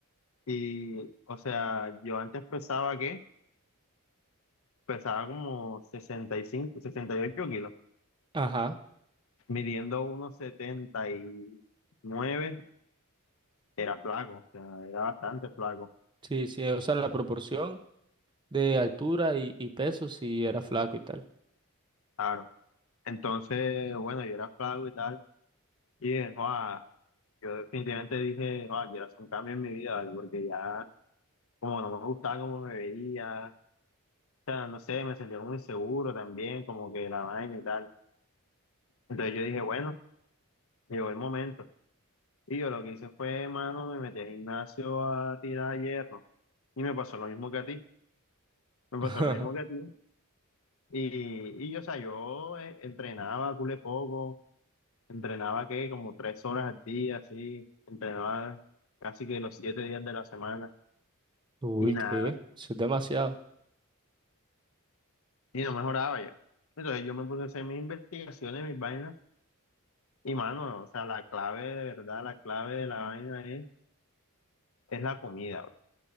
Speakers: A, on the left (about 65°); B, on the right (about 20°).
A: Y, o sea, yo antes pesaba, ¿qué? Pesaba como sesenta sesenta y cinco sesenta y ocho kilos,
B: Ajá,
A: midiendo unos setenta y nueve era flaco, o sea, era bastante flaco,
B: sí, sí, o sea, la proporción de altura y, y peso si era flaco y tal.
A: claro. Entonces, bueno, yo era flaco y tal, y dije, Yo definitivamente dije, "Ah, quiero hacer un cambio en mi vida, ¿vale? Porque ya, como no me gustaba cómo me veía, o sea, no sé, me sentía muy seguro también, como que la vaina y tal. Entonces yo dije, bueno, llegó el momento. Y yo lo que hice fue, mano, me metí al gimnasio a tirar hierro. Y me pasó lo mismo que a ti. Me pasó
B: <laughs>
A: lo mismo que a ti. Y, y o sea, yo eh, entrenaba culé poco, entrenaba que como tres horas al día, así, entrenaba casi que los siete días de la semana.
B: Uy,
A: Y nada.
B: ¿qué? Eso es demasiado.
A: y no mejoraba ya. Entonces yo me puse a hacer mis investigaciones, mis vainas, y mano, o sea, la clave de verdad, la clave de la vaina es, es la comida, bro.